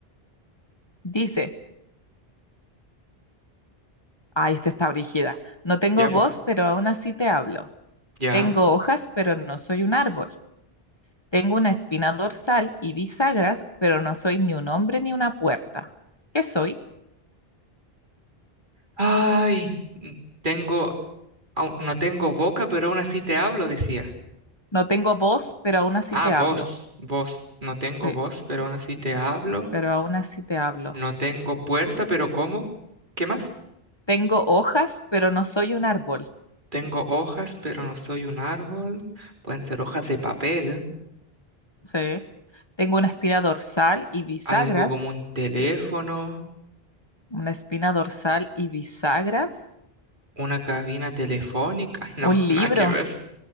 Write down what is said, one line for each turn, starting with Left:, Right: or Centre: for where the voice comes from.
Left: dice, ay, esta está brígida. No tengo
Right: Ya, po
Left: voz, pero aún así te hablo.
Right: Ya.
Left: Tengo hojas, pero no soy un árbol. Tengo una espina dorsal y bisagras, pero no soy ni un hombre ni una puerta. ¿Qué soy?
Right: Ay, n- tengo, au- no tengo boca, pero aún así te hablo, decía.
Left: No tengo voz, pero aún así
Right: Ah,
Left: te
Right: voz,
Left: hablo.
Right: voz. No tengo
Left: Sí,
Right: voz, pero aún así te hablo.
Left: pero aún así te hablo.
Right: No tengo puerta, pero ¿cómo? ¿Qué más?
Left: Tengo hojas, pero no soy un árbol.
Right: Tengo hojas, pero no soy un árbol. Pueden ser hojas de papel,
Left: Sí. Tengo una espina dorsal y bisagras
Right: algo como un teléfono,
Left: una espina dorsal y bisagras.
Right: una cabina telefónica. <laughs> No,
Left: Un
Right: nada
Left: libro,
Right: que ver.